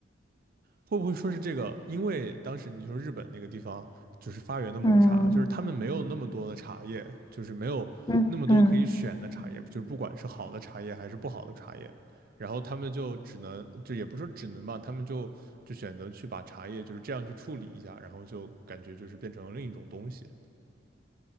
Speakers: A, on the right; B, on the left.
A: 会不会说是这个？因为当时你说日本那个地方就是发源的抹茶，
B: 嗯
A: 就是他们没有那么多的茶叶，就是没有那么多可以选的茶叶，
B: 嗯嗯。
A: 就是不管是好的茶叶还是不好的茶叶，然后他们就只能就也不是说只能吧，他们就就选择去把茶叶就是这样去处理一下，然后就感觉就是变成了另一种东西，